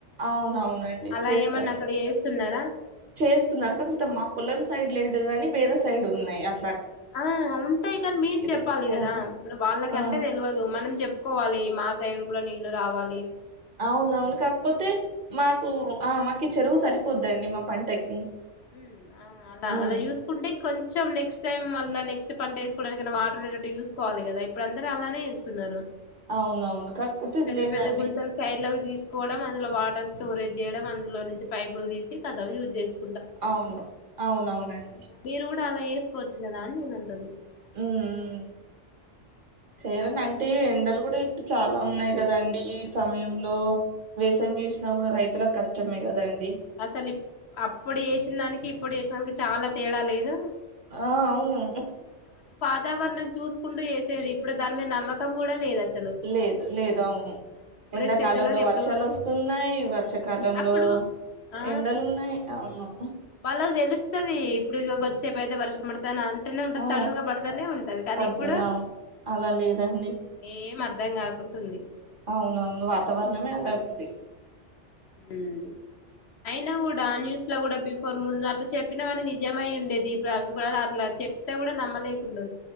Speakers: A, on the right (about 50°); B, on the left (about 65°).
A: అవునవునండి.
B: అలా
A: చేస్తారు
B: ఏమన్నా అక్కడ చేస్తున్నారా
A: చేస్తున్నారు. కాకపోతే మా పొలం సైడ్ లేదు కాని వేరే సైడ్ ఉన్నాయి. అ
B: ఆ ఉంటాయి. కానీ మీరు చెప్పాలి.
A: దగ్గర
B: కదా
A: ఆ
B: ఇప్పుడు వాళ్ళకంటే
A: ఆ
B: తెలియదు మనం చెప్పుకోవాలి మా సైడ్ కూడా నీళ్లు రావ్ వాళి
A: అవునవును కాకపోతే మాకు ఆ మాకు ఈ చెరువు సరిపోద్దండి. మా పంటకి
B: ఉ ఆ అలా
A: ఉమ్
B: అలా చూసుకుంటే కొంచం కొంచెం నెక్స్ట్ టైం మళ్ల నెక్స్ట్ పంట వేసుకోవడానికై వాటర్నేటటు చూసుకోవాలి కదా ఇప్పుడు అందరు అలానే చేస్తున్నారు.
A: అవునవును కాకపోతే ఇది
B: పెద్ద
A: లేదండి
B: పెద్ద గుంతలు సైడ్ లోకి తీసుకోవడం అందులో వాటర్ స్టోరేజ్ చేయడం అందులో నుంచి పైపులు తీసి కథం యూజ్ చేస్త
A: అవును అవునవునండి.
B: మీరు అలా చేసుకోవచ్చు కదా అని నేను అంటున్నా
A: ఉ ఉమ్ చేయాలంటే ఎండలు కూడా ఇప్పుడు చాలా ఉన్నాయి. కదండి ఈ సమయంలో వేసంగీ వేసిన కూడా రైతులకు కష్టమే కదండి.
B: అసలు ఇప్పు అప్పుడు చేసిన దానికి ఇప్పుడు చేేసినానికి చాలా తేడా లేదు.
A: ఆ అవును
B: వాతవరణం చూసుకుంటూ చేసేది ఇప్పుడు దాని మీద నమ్మంకం కూడా లేదు. అసల్
A: లేదు లేదు అవును ఎండాకాలంలో
B: వచ్చేద్దులోది ఎప్పుడు
A: వర్షాలు వస్తున్నాయి. వర్షాకాలంలో
B: అప్పుడు ఆ
A: ఎండలు ఉన్నాయి. అవును
B: వాళ్ళకి తెలుస్తది. ఇప్పుడు ఇక కొద్దిసేపు అయితే వర్షం పడతాది నే ఉంట
A: ఆ
B: సడన్ గా పడతానే ఉంటది. కానీ
A: పడుతది
B: ఇప్పుడు
A: అవును అలా లేదండి
B: ఏమ్ అర్థం అర్ధం కాకుంటుంది.
A: అవునవును వాతావరణమే అలాగా ఉంది.
B: ఉ అయినా కూడా న్యూస్ లో కూడా బిఫోర్ ముందు అట్లా చెప్పిన వాడి నిజమయ్ ఉండేది. ఇప్పుడు అవి కూడా అట్లా చెప్తే కూడా నమ్మలేకుండా